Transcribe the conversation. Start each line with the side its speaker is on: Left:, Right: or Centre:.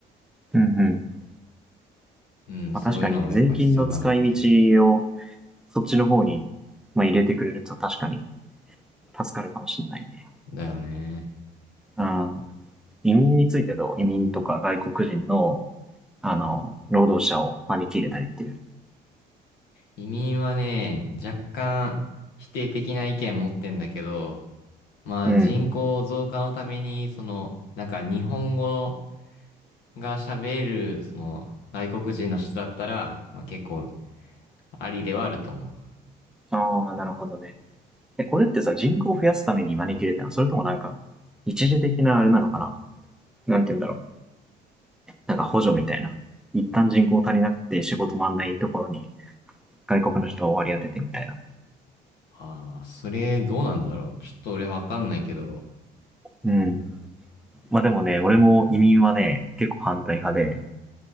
Centre: うんうん。
Left: うん、
Centre: まあ確かにね、
Left: そういうのもやっぱ必要だなっていう。
Centre: 税金の使い道をそっちの方に、まあ、入れてくれると確かに助かるかもしれないね。
Left: だよね。
Centre: うん、移民についてどう移民とか外国人の、あの、労働者を招き入れたりっていう。
Left: 移民はね、若干否定的な意見持ってんだけど、まあ人口増加のために、
Centre: うん。
Left: その、なんか日本語が喋れる、その、外国人の人だったら、まあ結構ありではあると思う。
Centre: ああ、なるほどね。え、これってさ、人口を増やすために招き入れたのそれともなんか、一時的なあれなのかななんて言うんだろう。なんか補助みたいな。一旦人口足りなくて仕事回んないところに外国の人を割り当ててみたいな。
Left: ああ、それどうなんだろう。ちょっと俺わかんないけど。
Centre: うん。まあでもね、俺も移民はね、結構反対派で、